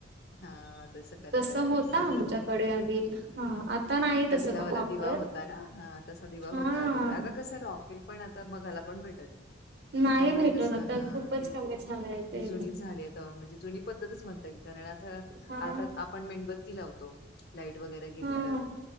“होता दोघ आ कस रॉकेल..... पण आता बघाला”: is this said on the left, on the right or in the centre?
Left